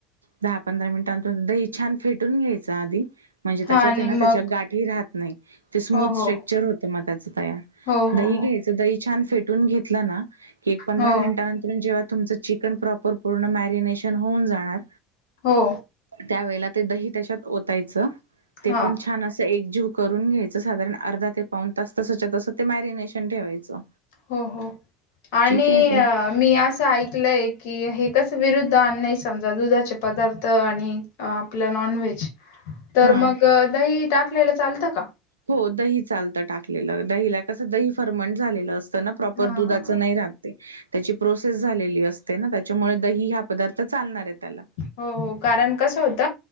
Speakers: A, on the right (about 80°); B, on the left (about 60°).
A: दहा पंधरा मिनिटांतून दही छान फेटून घ्यायचं आधी म्हणजे
B: हां
A: त्याच्यात
B: आणि
A: ना
B: मग
A: त्या गाठी राहत नाही स्म
B: हो,
A: स्ट्रक्चर
B: हो.
A: होत मग त्याचं होत म तयार
B: हो, हो,
A: दही दही
B: हो.
A: घ्यायचं दही छान फेटून घेतलं ना ते पंधरा
B: हो,
A: मिनिटात नंतरहून जेव्हा तुमचं चिकन प्रॉपर पूर्ण मॅरिनेशन होऊन जाणार
B: हो.
A: त्यावेळेला दही त्याच्यात ओतायचं ते
B: हां.
A: पण छान असं एक जीव करून घ्यायचं साधारण अर्धा ते पान तास तसाच्या तसं ते मॅरिनेशन ठेवायचं.
B: हो हो आणि
A: ठीक आहे. ते
B: मी असं ऐकलंय हे की कस विरुद्ध नाही समजा दुधाचे पदार्थ आणि आपलं नॉनव्हेज तर
A: हां.
B: मग दही टाकलेला चालतं का?
A: हो दही चालतं टाकलेलं दहीला कसं दही फरमंट झालेलं असत ना प्रॉपर
B: हां.
A: दुधां नाही राहत ते त्याची प्रोसेस झालेली असते ना त्याच्यामुळे दही हा पदार्थ चालणार आहे त्याला.
B: हो हो. कारण कसं होत